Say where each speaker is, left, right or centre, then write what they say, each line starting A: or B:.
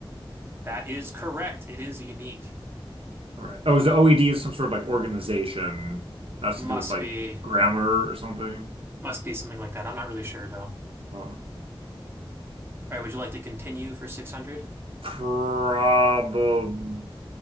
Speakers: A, on the right; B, on the right.
A: That is correct. It is unique.
B: All right. Oh, is the OED is some sort of like organization that has
A: Must
B: to do with like
A: be
B: grammar or something?
A: must be something like that. I'm not really sure though. All
B: Oh.
A: right, would you like to continue for 600?
B: Probably.